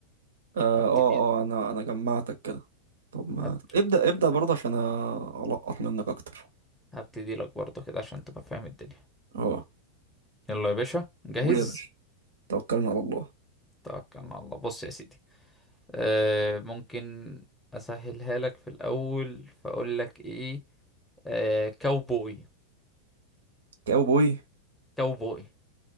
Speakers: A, on the right; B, in the centre.
A: اه
B: هبتدي
A: اه آه، انا انا جمعتك كده طب ما
B: هبت-
A: ابدا ابدا برضه عشان أ- القط منك اكتر
B: هبتدي لك برضو كده عشان تبقى فاهم الدنيا
A: اه
B: يلا يا باشا جاهز
A: قول يا باشا توكلنا على الله
B: توكلنا على الله بص يا سيدي آه ممكن اسهلها لك في الاول فاقول لك ايه آه كاوبوي
A: كاوبوي
B: كاوبوي